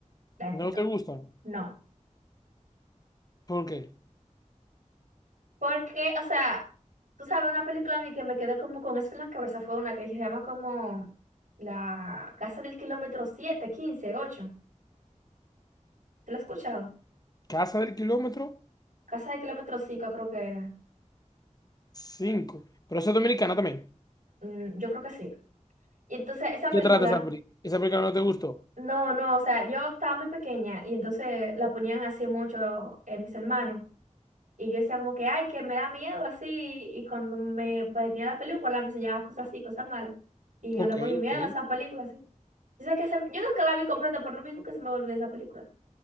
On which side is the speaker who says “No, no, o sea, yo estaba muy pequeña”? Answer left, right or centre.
Right